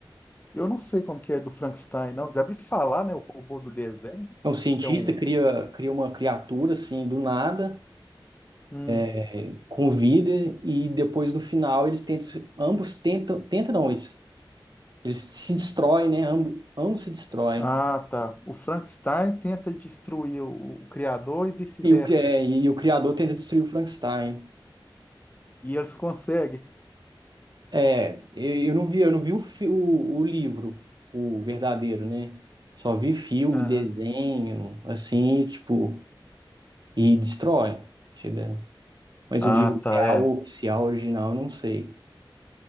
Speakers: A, on the left; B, on the right.
A: eu não sei como que é do Frankenstein, não. Já vi falar, né? O robô do desenho,
B: É um cientista,
A: que é um.
B: cria, cria uma criatura assim do nada,
A: Hum.
B: é, com vida, e depois no final eles tentam, se- ambos tentam, tentam não, eles, eles se destroem, né? Ambos, ambos se destroem.
A: Ah, tá. O Frankenstein tenta destruir o, o criador e vice-versa.
B: E o, que é- e o criador tenta destruir o Frankenstein.
A: E eles conseguem.
B: É, eu, eu não vi, eu não vi o, fi- o, o livro, o verdadeiro, né? Só vi filme,
A: Aham.
B: desenho, assim, tipo, e destrói. Chega. Mas
A: Ah,
B: o livro
A: tá,
B: real,
A: é.
B: oficial, original, eu não sei.